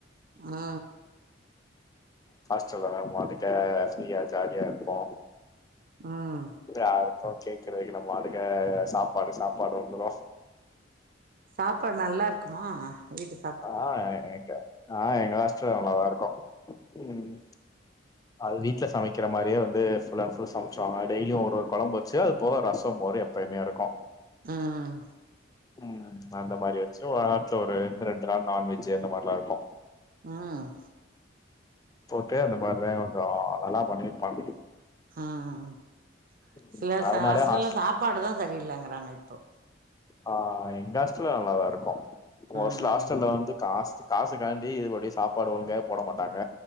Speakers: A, on the right (about 50°); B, on the left (about 20°).
A: ஆ
B: ஹாஸ்டல்லல்லா மாத்துடுட்ட ஃப்ரீயா ஜாலியா இருப்போ
A: ம்
B: இதா இருக்கு கேக்கற வரைக்கு நம் பாட்டுக்கு சாப்பாடு சாப்பாடு வந்துரு
A: சாப்பாடு நல்லா இருக்குமா வீட்டுக்
B: ஆ எங்க ஆ எங்க ஹாஸ்ட்டல்ல நல்லதா இருக்கு ம் ம் அது வீட்ல சமைக்கற மாரியே வந்து ஃபுல் அண்ட் ஃபுல்லு சமைச்சுருவாங்க டெய்லியு ஒரு ஒரு கொழம்பு வச்சு அது போக ரசம் மோரு எப் எப்பேயுமே இருக்கு
A: ம்
B: ம் அந்த மாரி வச்சு வாரத்துல ஒரு ரெண்டு நாள் நான்வெஜ்ஜி அந்த மாரில்லா இருக்கு
A: ம்
B: போட்டு அந்த மார்லே கொஞ்சோ நல்லா பண்ணிப்பாங்
A: ம்
B: ம்
A: சில
B: அதனாலே
A: ச ஹாஸ்ட்டல்ல
B: ஹாஸ்
A: சாப்பாடுதா சரியில்லங்கறாங்க இப்போ
B: ஆ எங்க ஹாஸ்டல்ல நல்லாதா இருக்கு
A: ம்
B: ஒரு சில ஹாஸ்டல்ல வந்து காஸ்ட்டு காசு காண்டி இதுபடி சாப்பாடு ஒழுங்காவே போட மாட்டாங்க